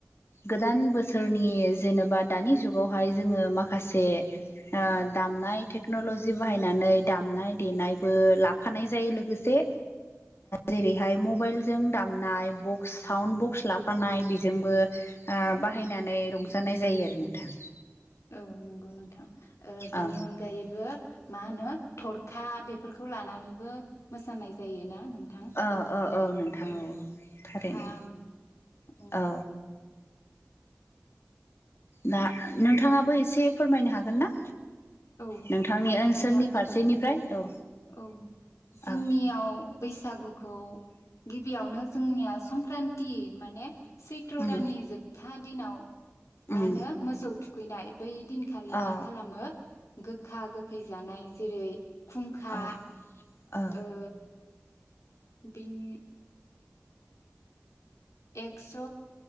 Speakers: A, on the left; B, on the left.
A: गोदान बोसोरनि जेनेबा दानि जुगावहाय जोङो माखासे दामनाय टेक्न'लजि बाहायनानै दामनाय देनायबो ला फानाय जायो लोगोसे जेरैहाय मबाइलजों दामनाय बक्स साउन्ड बक्स लाफानाय बेजोंबो बाहायनानै रंजानाय जायो आरो नोंथां
B: औ नंगौ नोंथां बिनि
A: औ
B: अनगायैबो मा होनो थर खा बेफोरखौ लानानैबो मोसानाय जायोना नोंथां
A: औ औ नोंथां
B: औ
A: थारैनो
B: खाम उम
A: औ दा नोंथाङाबो एसे फोरमायनो हागोन ना
B: औ
A: नोंथांनि
B: हागोन
A: ओनसोलनि
B: नोंथां
A: फारसेनिफ्राय
B: औ
A: औ
B: औ जोंनियाव
A: औ
B: बैसागुखौ गिबियावनो जोंनिया संक्रान्ति माने सैत्र
A: उम
B: दाननि जोबथा दिनाव मा
A: उम
B: होनो मोसौ थुखैनाय बै दिनखालि
A: औ
B: मा खालामो गोखा गोखै खैजानाय जेरै खुंखा
A: अ औ
B: ओ बिनि एक्स'